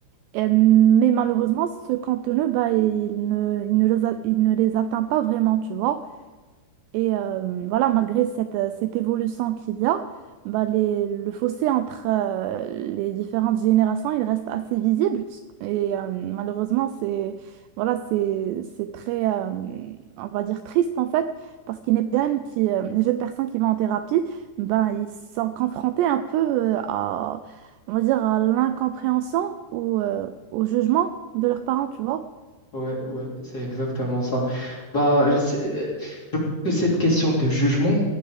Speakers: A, on the right; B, on the left.
A: Et, mais malheureusement, ce contenu, bah, il ne, il ne les a- il ne les atteint pas vraiment, tu vois. Et euh, voilà, malgré cette, euh, cette évolution qu'il y a, bah, les- le fossé entre euh, les différentes générations, il reste assez visible. Et euh, malheureusement, c'est voilà, c'est, c'est très, euh, on va dire, triste en fait, parce qu'il y a des jeunes qui, euh, les jeunes personnes qui vont en thérapie, ben, ils sont confrontés un peu euh, à, on va dire, à l'incompréhension ou euh, au jugement de leurs parents, tu vois.
B: Ouais, ouais, c'est exactement ça. Bah, je sais- euh, je pense que cette question de jugement,